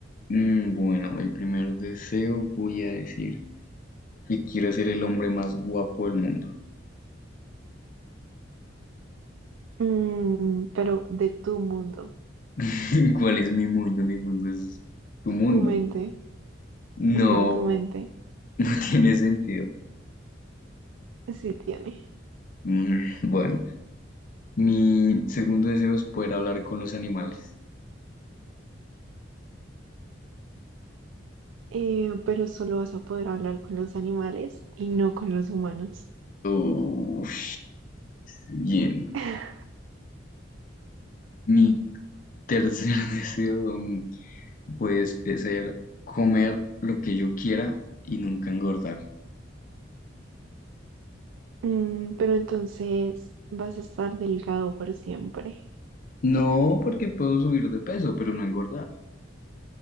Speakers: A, on the left (about 45°); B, on the right (about 80°).
A: Mm, bueno, el primer deseo voy a decir que quiero ser el hombre más guapo del mundo.
B: Mm, pero de tu mundo.
A: <laughs> ¿Cuál es mi mundo? Mi mundo es tu mundo.
B: Tu mente.
A: No,
B: No, tu mente.
A: <laughs> no tiene sentido.
B: Sí tiene.
A: Mm, bueno, mi segundo deseo es poder hablar con los animales.
B: Eh, pero solo vas a poder hablar con los animales y no con los humanos.
A: Uf, bien.
B: <laughs>
A: Mi tercer <laughs> deseo, mm, pues, es ser comer lo que yo quiera y nunca engordar.
B: Mm, pero entonces vas a estar delgado por siempre.
A: No, porque puedo subir de peso, pero no engordar.